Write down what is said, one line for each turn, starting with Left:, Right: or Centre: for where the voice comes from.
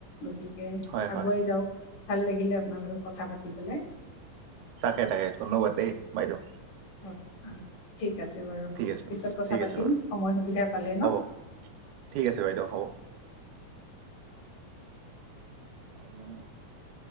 Left: গতিকে
Right: হয়
Left: আগুৱাই
Right: হয়
Left: যাওক ভাল লাগিলে আপোনাৰ লগত কথা পাতি পেলাই।
Right: তাকে তাকে ধন্যবাদ দেই, বাইদেউ।
Left: <inaudible> ঠিক আছে বাৰু
Right: ঠিক আছে
Left: পিছত
Right: বাৰু
Left: কথা
Right: ঠিক
Left: পাতিম।
Right: আছে বাৰু
Left: সময় সুবিধা পালে
Right: হ'ব
Left: ন।
Right: ঠিক আছে বাইদেউ হ'ব। আজি মানে